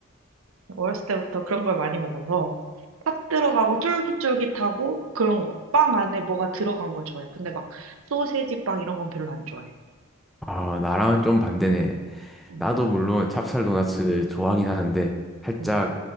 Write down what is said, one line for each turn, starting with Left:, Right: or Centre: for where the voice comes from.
Right: 어렸을 때부터 그런 걸 많이 먹어서 팥 들어가고 쫄깃쫄깃하고 그런 거. 빵 안에 뭐가 들어간 걸 좋아해. 근데 막 소세지 빵 이런 건 별로 안 좋아해.
Centre: 아, 나랑은 좀 반대네.
Right: 응,
Centre: 나도 물론 찹쌀 도넛 좋아하긴 하는데 살짝
Right: 응.